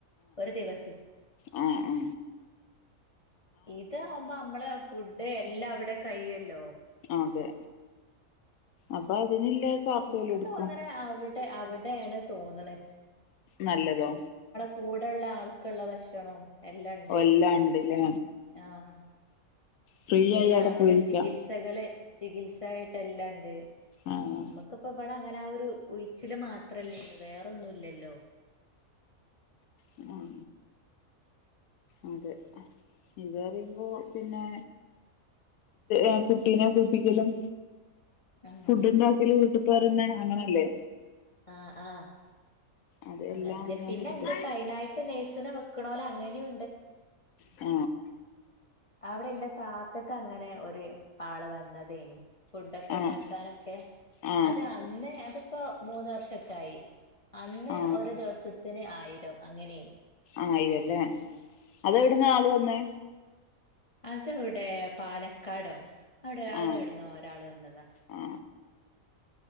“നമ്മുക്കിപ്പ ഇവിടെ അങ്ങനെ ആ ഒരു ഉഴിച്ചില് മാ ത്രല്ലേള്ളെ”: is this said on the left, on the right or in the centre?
Left